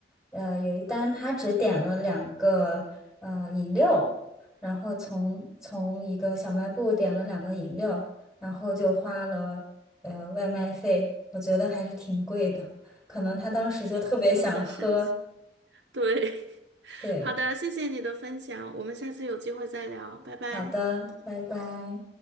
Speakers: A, in the centre; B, on the right.
A: 呃，有一单他只点了两个呃饮料，然后从从一个小卖部点了两个饮料，然后就花了呃外卖费，我觉得还是挺贵的，可能他当时就特别想喝，
B: 真的很神奇。对，<laughs>
A: 对。
B: 好的，谢谢你的分享，我们下次有机会再聊，拜拜。
A: 好的，拜拜。